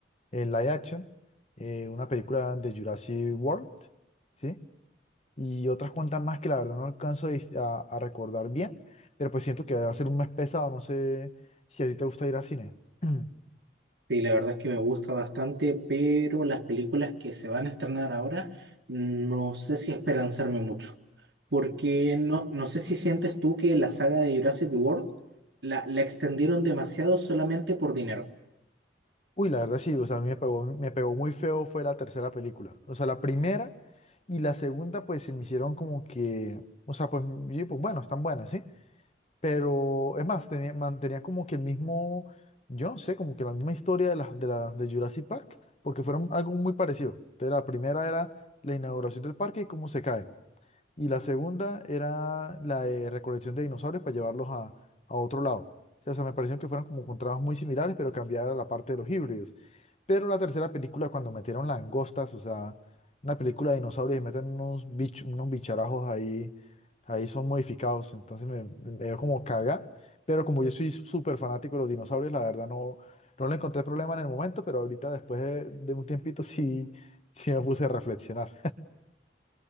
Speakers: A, on the left (about 35°); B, on the right (about 70°).
A: el live action, eh, una película de Jurassic World, ¿sí? y otras cuantas más que la verdad no alcanzo a, dis- a- a recordar bien, pero pues siento que va a ser un mes pesado, no sé si a ti te gusta ir al cine. <clears throat>
B: Sí, la verdad es que me gusta bastante, pero las películas que se van a estrenar ahora no sé si esperanzarme mucho, porque no, no sé si sientes tú que la saga de Jurassic World la, la extendieron demasiado solamente por dinero.
A: Uy, la verdad sí, o sea, a mí me pegó, me pegó muy feo fue la tercera película, o sea, la primera y la segunda pues se me hicieron como que, o sea, pues, y, pues bueno, están buenas, ¿sí? Pero es más, tenía, mantenía como que el mismo, yo no sé, como que la misma historia de las de, la, de Jurassic Park, porque fueron algo muy parecido. Entonces, la primera era la inauguración del parque y cómo se cae. Y la segunda era la de recolección de dinosaurios para llevarlos a, a otro lado. O sea, o sea, me pareció que fueron como con trabajos muy similares, pero cambiara la parte de los híbridos. Pero la tercera película, cuando metieron langostas, o sea, una película de dinosaurios y meten unos, bich- unos bicharajos ahí, ahí son modificados. Entonces me, me dio como caga. Pero como yo soy súper fanático de los dinosaurios, la verdad no, no le encontré problema en el momento, pero ahorita después de, de un tiempito sí, sí me puse a reflexionar.